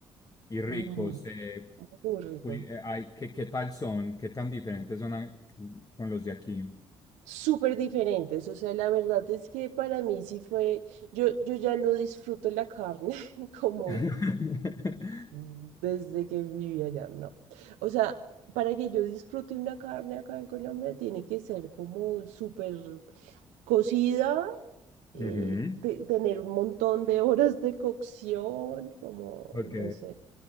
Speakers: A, on the left; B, on the right.
A: y ricos.
B: Mm,
A: Eh,
B: muy rico.
A: pul- eh, ay, ¿qué, qué tal son? ¿Qué tan diferentes son a- con los de aquí?
B: súper diferentes. O sea, la verdad es que para mí sí fue, yo, yo ya no disfruto la carne <laughs> como
A: <laughs>
B: desde que vivía allá, no. O sea, para que yo disfrute una carne acá en Colombia tiene que ser como súper cocida. eh,
A: Ujú,
B: te- tener un montón de horas de cocción, como,
A: Ok.
B: no sé,